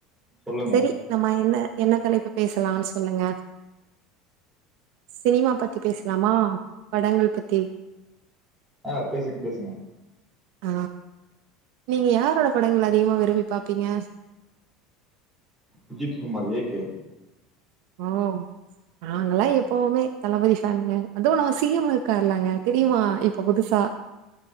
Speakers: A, in the centre; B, on the right.
A: சொல்லுங்க
B: செரி நம்ம என்ன என்ன தலைப்பு பேசலாம்னு சொல்லுங்க சினிமா பத்தி பேசலாமா படங்கள் பத்தி
A: ஆ பேசுங்க பேசுங்க
B: ஆ நீங்க யாரோட படங்கள் அதிகமா விரும்பி பாப்பீங்க
A: அஜித் குமார் ஏ கே
B: ஓ நாங்கல்லாம் எப்வுமே தளபதிஃனங்க அது உ ந சீயம் இருக்கார்ல்லாங்க தெரியுமா இப்ப புதுசா